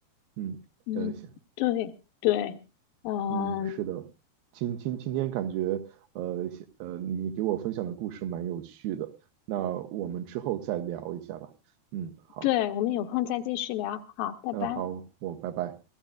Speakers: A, on the right; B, on the left.
A: 嗯，
B: 嗯，
A: 呃行。
B: 对对，嗯、
A: 嗯，是的，今今今天感觉，呃呃，你给我分享的故事蛮有趣的，那我们之后再聊一下吧。嗯，好，
B: 对，我们有空再继续聊，好，拜拜。
A: 嗯，好，我拜拜。